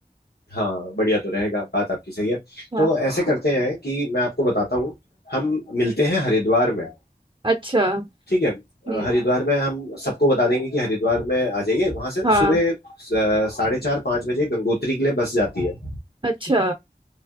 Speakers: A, on the left; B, on the right.
A: हाँ बढ़िया तो रहेगा बात आपकी सही है
B: हाँ
A: तो ऐसे करते हैं कि मैं आपको बताता हूँ हम मिलते हैं हरिद्वार में
B: अच्छा
A: ठीक है
B: हम्म
A: अ, हरिद्वार में हम सबको बता देंगे कि हरिद्वार में आ जाइए वहां से ना
B: हाँ
A: सुबह स- साढ़े चार पाँच बजे गंगोत्री के लिए बस जाती है
B: अच्छा